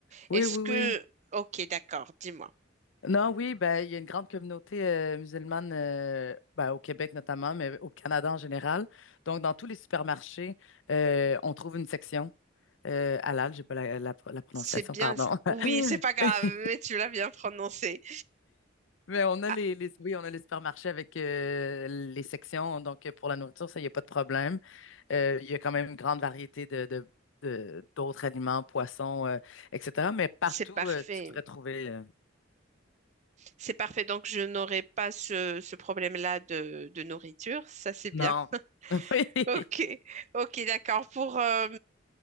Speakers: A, on the left; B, on the right.
A: Oui,
B: Est-ce
A: oui,
B: que,
A: oui.
B: ok, d'accord, dis-moi.
A: Non, oui, ben, il y a une grande communauté euh, musulmane euh, ben, au Québec notamment, mais au Canada en général. Donc, dans tous les supermarchés, euh, on trouve une section. Euh, halal, j'ai pas la, la- la prononciation,
B: C'est bien,
A: pardon.
B: ça. oui,
A: <laughs>
B: c'est pas grave, mais tu l'as bien prononcé.
A: Mais on a
B: Ah,
A: les, les- oui, on a les supermarchés avec euh, les sections. Donc, pour la nourriture, ça, il n'y a pas de problème. Euh, il y a quand même une grande variété de, de- de- d'autres aliments, poissons, euh, etc. Mais partout,
B: c'est parfait,
A: euh, tu devrais trouver. euh,
B: c'est parfait. Donc, je n'aurai pas ce, ce problème-là de, de nourriture, ça c'est
A: Non.
B: bien. <laughs>
A: <laughs> Oui.
B: Ok, ok, d'accord. Pour, euh,